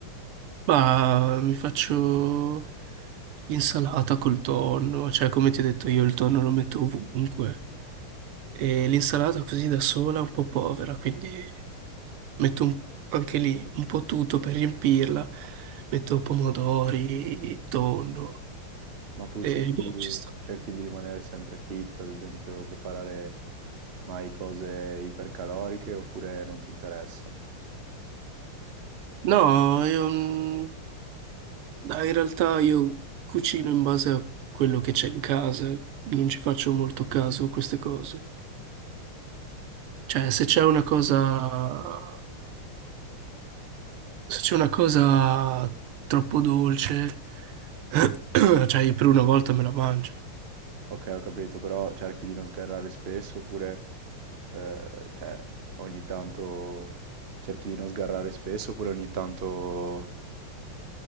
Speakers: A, on the right; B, on the right.
A: Ma mi faccio l'insalata col tonno, cioè come ti ho detto io il tonno lo metto ovunque. E l'insalata così da sola è un po' povera, quindi metto un- anche lì un po' tutto per riempirla. Metto pomodori, tonno
B: ma tu
A: e
B: cerchi,
A: boh, ci sta.
B: cerchi di rimanere sempre fit, ad esempio, preparare mai cose ipercaloriche oppure non ti interessa?
A: No, io, mm, dai, in realtà io cucino in base a quello che c'è in casa, non ci faccio molto caso a queste cose. Cioè, se c'è una cosa, se c'è una cosa troppo dolce, <clears throat> cioè, io per una volta me la mangio.
B: Ok, ho capito, però cerchi di non sgarrare spesso oppure, eh, cioè, ogni tanto cerchi di non sgarrare spesso oppure ogni tanto,